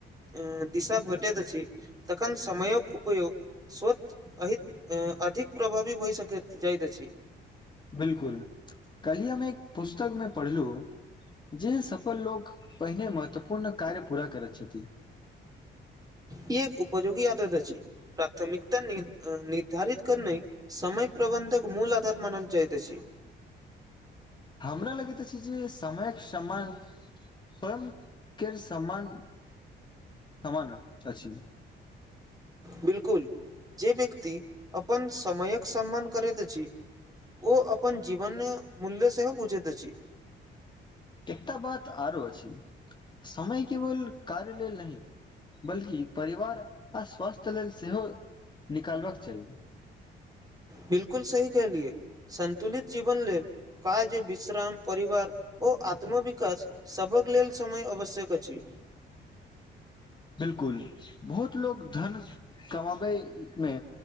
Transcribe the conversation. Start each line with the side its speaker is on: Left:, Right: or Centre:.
Right: ए दिशा भेटैत अछि तखन समयक उपयोग स्वत एहि अधिक प्रभावी भय सकैत जाइत अछि
Left: बिलकुल कलहि हम एक पुस्तकमे पढ़लु जे सफल लोक पहिने महत्वपूर्ण कार्य पूरा करैत छथि
Right: इ एक उपयोगी आदत अछि प्राथमिकता नि निर्धारित करने समय प्रबन्धक मूल आधार मानल जाइत अछि
Left: हमरा लगैतऽ अछि जे समयके समान स्वयं केर सम्मान सम्मान अछि।
Right: बिलकुल जे व्यक्ति अपन समयक सम्मान करैत अछि ओ अपन जीवन मूल्य सेहो बूझैत अछि
Left: एकटा बात आरो अछि समय केवल कार्य लेल नहि बल्कि परिवार आ स्वास्थ लेल सेहो निकालबाक चाही
Right: बिलकुल सही केहलियै संन्तुलित जीवन लेल काज विश्राम परिवार ओ आत्मविकाश‌ सभक लेल समय आवश्यक अछि
Left: बिलकुल बहुत लोक धन कमाबैमे